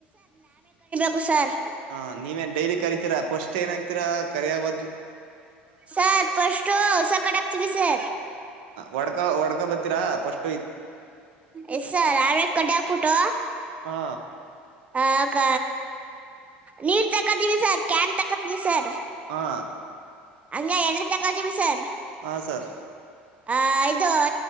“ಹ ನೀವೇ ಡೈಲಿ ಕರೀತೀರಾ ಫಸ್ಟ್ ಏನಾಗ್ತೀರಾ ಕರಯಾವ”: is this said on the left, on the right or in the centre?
Right